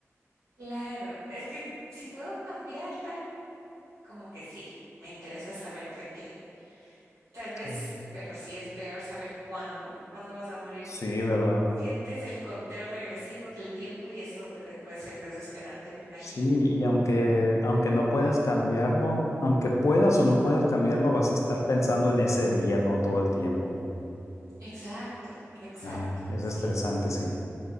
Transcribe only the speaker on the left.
sí,
sí,
¿verdad?
Sí, y aunque, aunque no puedas cambiarlo, aunque puedas o no puedas cambiarlo, vas a estar pensando en ese día, ¿no? Todo el tiempo.
Ay, es
estresante, sí.